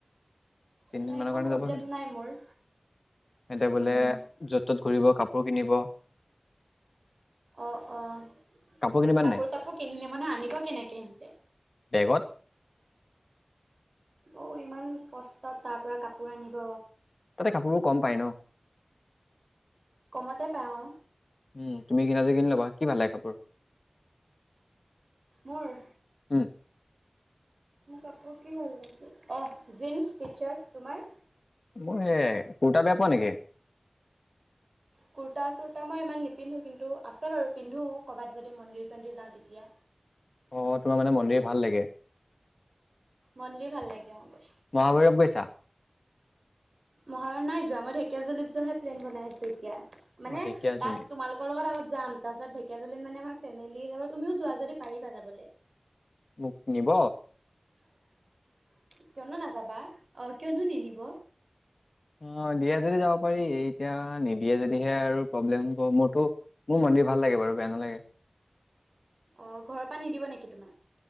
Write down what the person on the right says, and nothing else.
মানে
একো
প্ৰব্লেম
নাই মোৰ।
উম,
অ', অ',
কাপোৰ
চাপোৰ কিনিলে মানে আনিবা কেনেকে হেনতে?
অ, ইমান কষ্টত তাৰ পৰা কাপোৰ আনিব।
কমতে পাওঁ
মোৰ?
মোৰ কাপোৰ কি ভাল লাগিব অ, জিনচ টি চাৰ্ট তোমাৰ?
কুৰ্তা-চুৰ্তা মই ইমান নিপিন্ধো কিন্তু আছে বাৰু পিন্ধো ক'বাত যদ যদি মন্দিৰ চন্দিৰ যাওঁ তেতিয়া।
মন্দিৰ ভাল লাগে অ, গৈ।
মহা <unintelligible> নাই যোৱা মই ঢেকিয়াজুলিত যোৱাহে প্লেন বনাই আছো এতিয়া। মানে
তাত তোমালোকৰ লগত আগত যাম তাৰপাছত ঢেকীয়াজুলিত মানে আমাৰ ফেমিলি যাব তুমিও যোৱা যদি পাৰিবা যাবলে।
<inaudible> কিয়নো নাযাবা অ, কিয়নো নিনিব।
অ, ঘৰৰ পৰা নিদিব নেকি তোমাৰ?